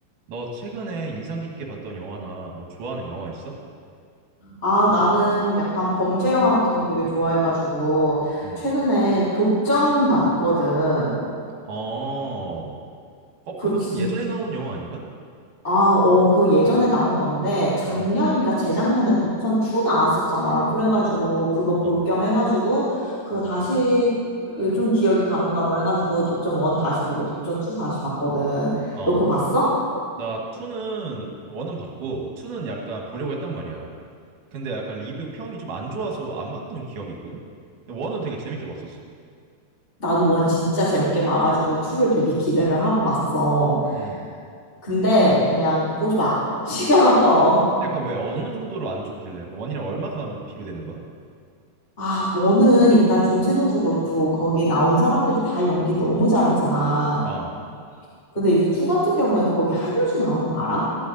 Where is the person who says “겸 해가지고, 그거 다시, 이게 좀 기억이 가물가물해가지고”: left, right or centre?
Left